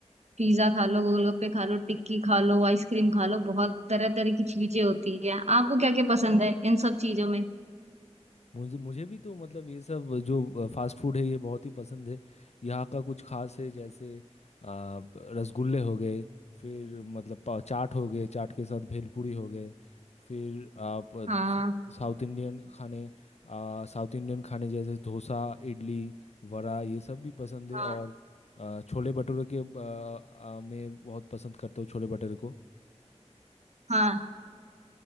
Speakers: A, on the right; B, on the left.
A: पिज्जा खा लो गोलगप्पे खा लो टिक्की खा लो आइसक्रीम खा लो बहुत तरह तरह की चीजें होती है आपको क्या क्या पसंद है इन सब चीजों में
B: मुझे मुझे भी तो मतलब ये सब जो फास्ट फूड है ये बहुत ही पसंद है यहाँ का कुछ खास है जैसे आ, प- रसगुल्ले हो गए फिर मतलब पाव- चाट हो गए चाट के साथ भेलपूरी हो गए फिर आप अ,
A: हाँ
B: साउथ इंडियन खाने आ, साउथ इंडियन खाने जैसे डोसा इडली वड़ा ये सब भी पसंद
A: हाँ
B: है और आ, छोले भटूरे के आ, आ, मैं बहुत पसंद करता हूँ छोले भटूरे को
A: हाँ